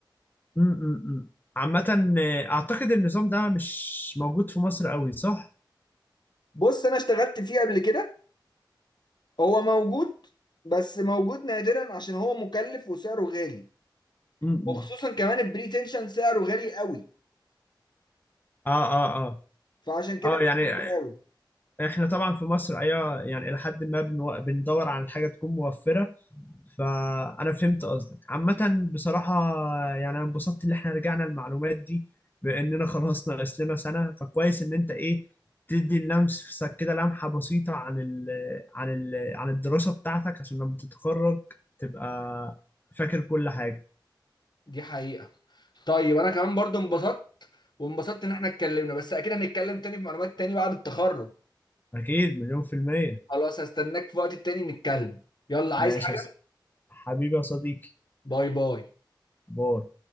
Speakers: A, on the left (about 25°); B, on the left (about 65°).
A: م- م- م. عامة آه، أعتقد النظام ده مش موجود في مصر قوي صح؟
B: بص انا اشتغلت فيه قبل كده هو موجود بس موجود نادرا عشان هو مكلف وسعره غالي
A: م- م.
B: وخصوصا كمان البري تنشن سعره غالي قوي
A: اه اه اه
B: فعشان كده
A: اه يعني
B: مش موجود قوي
A: احنا طبعا في مصر ايوه يعني الى حد ما بنو... بندور على حاجه تكون موفره فانا فهمت قصدك عامه بصراحه يعني انا انبسطت ان احنا رجعنا المعلومات دي باننا خلاص ناقص لنا سنه فكويس ان انت ايه تدي اللمس كده لمحه بسيطه عن ال... عن ال... عن الدراسه بتاعتك عشان لما تتخرج تبقى فاكر كل حاجه
B: دي حقيقة طيب انا كمان برضو انبسطت وانبسطت ان احنا اتكلمنا بس اكيد هنتكلم تاني في معلومات تاني بعد التخرج
A: أكيد مليون في المية
B: خلاص هستناك في وقت تاني نتكلم يلا عايز
A: ماشي
B: حاجة
A: يا ص- حبيبي يا صديقي
B: باي باي
A: باي